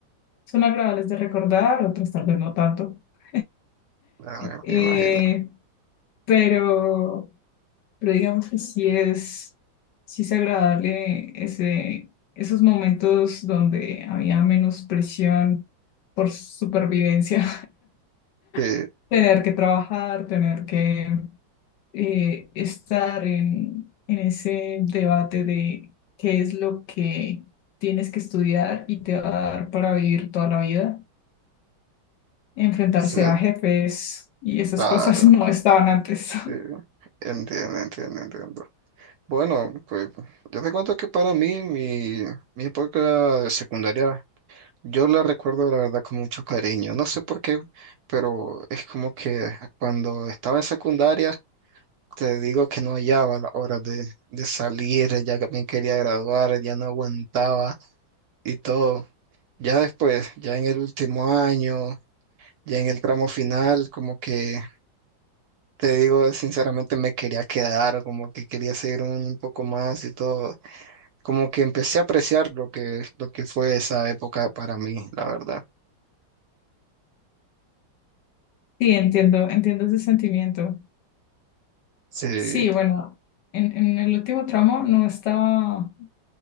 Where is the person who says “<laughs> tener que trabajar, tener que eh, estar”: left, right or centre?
Left